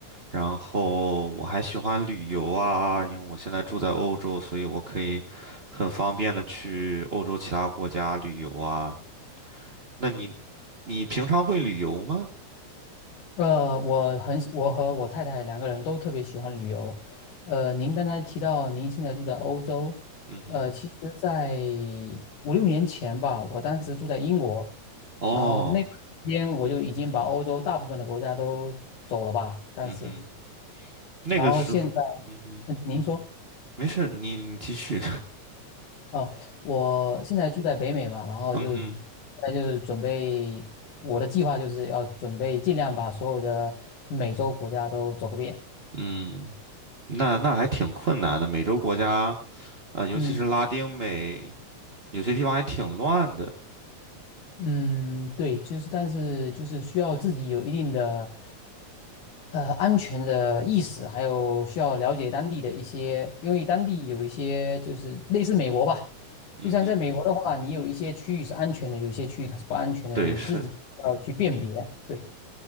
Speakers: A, on the right (about 40°); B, on the left (about 85°).
A: 然后我还喜欢旅游啊，因为我现在住在欧洲，所以我可以很方便的去欧洲其他国家旅游啊。那你你平常会旅游吗？
B: 呃，我很喜我和我太太两个人都特别喜欢旅游。呃，您刚才提到您现在住在欧洲，
A: 嗯哼，
B: 呃，其实在五六年前吧，我当时住在英国，
A: 哦，
B: 然后那段时间我就已经把欧洲大部分的国家都走了吧，当时，
A: 嗯哼，那个时候，
B: 然后现在，
A: 嗯哼，
B: 嗯，您说。
A: 没事，你你继续，
B: 哦，我现在住在北美嘛，然后就，
A: <laughs> 嗯哼，
B: 那就是准备我的计划就是要准备尽量把所有的美洲国家都走个遍。
A: 嗯，那那还挺困难的，美洲国家，呃，尤其是拉丁美，
B: 嗯，
A: 有些地方还挺乱的，
B: 嗯，对，就是但是就是需要自己有一定的呃安全的意识，还有需要了解当地的一些，因为当地有一些就是类似美国吧，就像在美国的话，
A: 嗯哼，
B: 你有一些区域是安全的，有一些区域它是不安全的，
A: 对，
B: 你自己要去辨别。
A: 是，
B: 对，